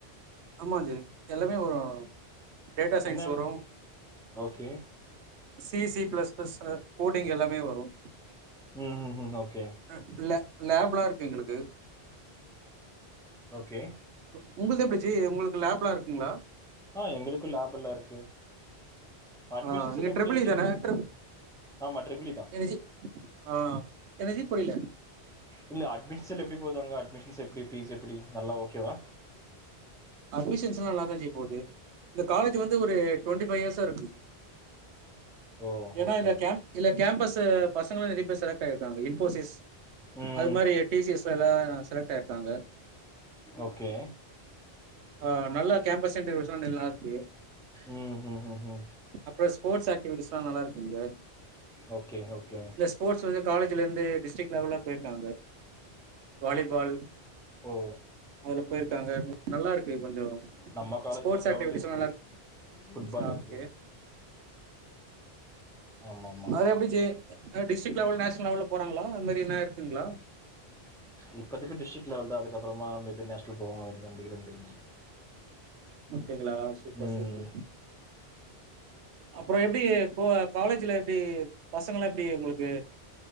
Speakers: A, on the right; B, in the centre.
A: ஆமா ஜி எல்லாமே வரும் டேட்டா சயின்ஸ்
B: என்ன
A: வரும்
B: okay
A: C C plus plus coding எல்லாமே வரும்
B: ம் ம் ம் ஓகே
A: ஆ லேப் லேப்லா இருக்கு எங்களுக்கு
B: ஓகே
A: ஓ உங்களுது எப்புடி ஜி உங்களுக்கு லேப்லா இருக்குங்களா
B: ஆ எங்களுக்கு லேப் எல்லா இருக்கு அட்மிஷன்ஸ்
A: ஆ நீங்க
B: எல்லாம் எப்படி
A: ட்ரிபிள்
B: ஆக்கி
A: இ
B: எங்களுக்கு
A: தானே ட்ரிப்
B: ஆமாம் ட்ரிபிளி தான்
A: என்ன ஜி ஆ என்ன ஜி புரியில
B: இல்ல அட்மிஷல் எப்புடி போது அங்க அட்மிஷன்ஸ் எப்புடி பீஸ் எப்புடி நல்லா ஓகேவா
A: அட்மிஷன்ஸ் எல்லா நல்லா தா ஜி போகுது இந்த காலேஜ் வந்து ஒரு டுவெண்ட்டி பைய் இயர்ஸா இருக்கு
B: ஓ
A: ஏன்னா
B: ஓகே
A: இந்த கேம் இல்ல கேம்பஸ்சு பசங்களா நெறைய பேரு செலக்ட் ஆயிருக்காங்க இன்போசிஸ்
B: ம்
A: அது மாறி டிசிஎஸ்ல எல்லா செலக்ட் ஆயிருக்காங்க
B: ஓகே
A: ஆ நல்லா கேம்பஸ் இன்டர்விசு எல்லா நல்லா இருக்கு
B: ம் ம் ம் ம்
A: அப்றோ ஸ்போட்ஸ் ஆக்டிவிட்டிஸ்லா நல்லா இருக்கு இங்க
B: ஓகே ஓகே
A: எஸ் ஸ்போட்ஸ் வந்து காலேஜ்லருந்து டிஸ்ட்ரிக் லெவல்ல போய்ருக்காங்க வாலிபால்
B: ஓ
A: அதுல போயிருக்காங்க நல்லா இருக்கு கொஞ்சோ
B: நம்ம காலேஜ்லேயே
A: ஸ்போர்ட்ஸ்
B: கிரவுண்ட்
A: ஆக்டிவிட்டிஸ்லா
B: இருக்குது
A: நல்லா இருக்
B: ஃபுட்பால்
A: ஆ
B: இருக்குது
A: ஓகே
B: ஆமா ஆமா
A: அது எப்புடி ஜி அ டிஸ்டிக் லெவல் நேனல் லெவல்ல போறங்களா அது மாரி என்ன இருக்குங்ளா
B: இப்பத்துக்கு டிஸ்டிக் லெவல் தா அதுக்கப்புறா மேபி நேஸ்னல் போவாங்களாட்டுக்கு நெனைக்கிற தெரிஞ்சி
A: அப்டிங்களா சூப்பர்
B: ம்
A: சூப்பர் அப்ற எப்டி கோ கலேஜில எப்டி பசங்களா எப்டி உங்களுக்கு